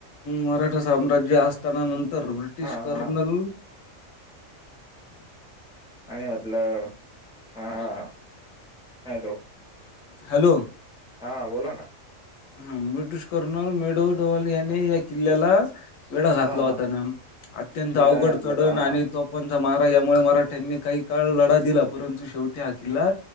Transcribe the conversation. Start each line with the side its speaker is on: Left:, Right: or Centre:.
Left: मराठा साम्राज्य असताना नंतर ब्रिटिश
Centre: हा
Left: कर्नल
Centre: हा आणि म्हटलं हा, हॅलो!
Left: हॅलो!
Centre: हा बोला ना.
Left: हा ब्रिटिश कर्नल मेडो डोल याने या किल्ल्याला वेढा घातला
Centre: हा
Left: होता
Centre: हा
Left: ना, अत्यंत
Centre: वेळ
Left: अवघड
Centre: घातला
Left: चढण
Centre: तर हा
Left: आणि <unintelligible> महाराजांमुळे मराठ्यांनी काही काळ लढा दिला, परंतु शेव टी हा किल्ला